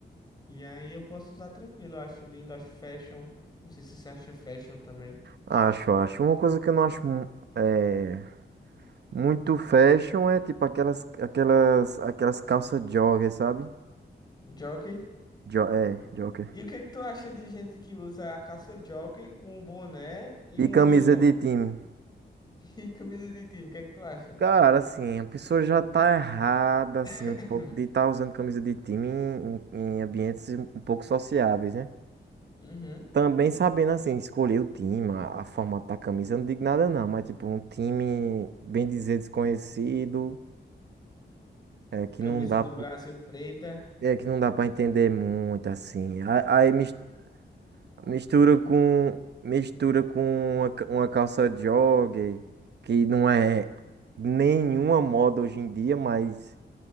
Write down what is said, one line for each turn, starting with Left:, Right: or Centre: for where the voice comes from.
Left: E aí eu posso usar tranquilo, eu acho lindo, acho fashion. Não sei se você acha fashion também.
Right: Acho, acho. Uma coisa que eu não acho mu- é, muito fashion é tipo aquelas, aquelas, aquelas calças jogger, sabe?
Left: Jockey.
Right: Jo é, jogger.
Left: E o que é que tu acha de gente que usa a calça jockey com um boné e
Right: E
Left: um
Right: camisa
Left: moletom?
Right: de
Left: <laughs>
Right: time.
Left: E camisa de time, o que é que tu acha?
Right: Cara, assim, a pessoa já tá errada, assim,
Left: <clears throat>
Right: um pouco de estar usando camisa de time em, em- em ambientes um pouco sociáveis, né?
Left: Uhum.
Right: Também sabendo, assim, escolher o time, a, a forma da camisa, eu não digo nada não, mas tipo, um time, bem dizer, desconhecido, é, que
Left: Camisa
Right: não dá
Left: do Brasil preta.
Right: É que não dá pra entender muito assim. A- Aí mis- mistura com mistura com uma, ca- uma calça jogger, que não é nenhuma moda hoje em dia, mas